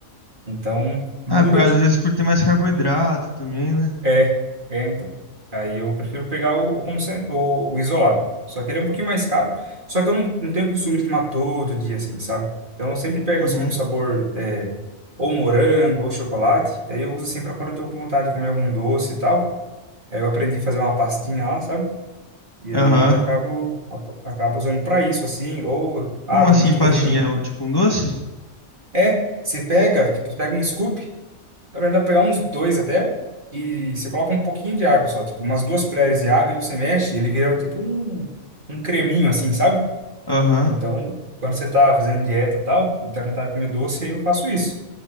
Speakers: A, on the right; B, on the left.
A: Então, muda?
B: Ah, pô, às vezes por ter mais carboidrato também, né?
A: É, é então. Aí eu prefiro pegar o, o, concen- o, o isolado. Só que ele é um pouquinho mais caro, só que eu não, não tenho costume de tomar todo dia, assim, sabe? Então eu sempre pego,
B: Uhum.
A: assim, um sabor, é, ou morango, ou chocolate, e aí eu uso, assim, para quando eu tô com vontade de comer algum doce e tal. Aí eu aprendi a fazer uma pastinha lá, sabe? E
B: Aham.
A: aí eu acabo, acabo usando para isso, assim. Ou, ah,
B: Como
A: tô
B: assim,
A: muito
B: pastinha?
A: corrido.
B: É um- Tipo um doce?
A: É, você pega, tipo, você pega um scoop, na verdade, dá pra pegar uns dois até, e você coloca um pouquinho de água só, tipo, umas duas colheres de água, e você mexe, ele vira tipo um, um creminho, assim, sabe?
B: Aham.
A: Então, quando você tá fazendo dieta e tal, e tá com vontade de comer doce, aí eu faço isso.